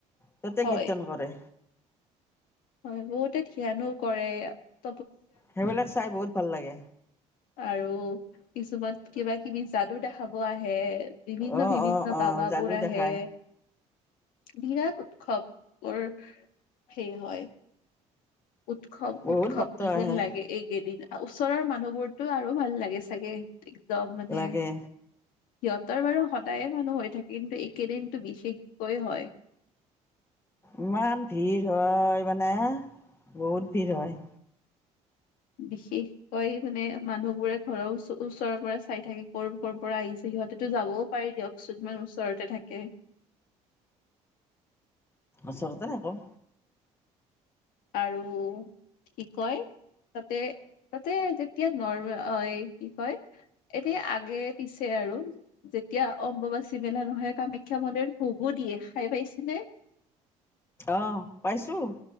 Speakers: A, on the left; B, on the left.
A: ত'তে
B: হয়।
A: কীৰ্তন কৰে
B: হয় বহুতে ধ্যানো কৰে ইয়াত।
A: সেইবিলাক চাই বহুত ভাল লাগে।
B: আৰু কিছুমান কিবা কিবি যাদু দেখাব আহে। বিভিন্ন
A: অঁ
B: বিভিন্ন
A: অঁ অঁ
B: বাবা
A: যাদু
B: বোৰ আহে
A: দেখাই
B: বিৰাট উৎসৱ। মোৰ হেৰি হয়। উৎসৱ
A: বহুত
B: উৎসৱ
A: ভক্ত
B: যেন
A: আহে
B: লাগে এইকেইদিন। ওচৰৰ মানুহ বোৰতো আৰু ভাল লাগে চাগে। একদম মানে।
A: লাগে
B: সিহঁতৰ বাৰু সদায়ে মানুহ হৈ থাকে কিন্তু এইকেইদিনটো বিশেষকৈ হয়।
A: ইমান ভিৰ হয় মানে বহুত ভিৰ হয়।
B: বিশেষকৈ মানে মানুহবোৰে ঘৰৰ ওচৰ ওচৰৰ পৰা চাই থাকে কৰ কৰ পৰা আহিছে সিহঁতেতো যাবও পাৰি দিয়কচোন ইমান ওচৰতে থাকে।
A: ওচৰতে আকৌ।
B: আৰু কি কয় তাতে তাতে যেতিয়া নৰ্ম কি কয় এতিয়া আগে পিছে আৰু যেতিয়া অম্বুবাচী মেলা নহয় কামাখ্যা মন্দিৰ ভোগো দিয়ে খাই পাইছেনে?
A: অহ পাইছোঁ।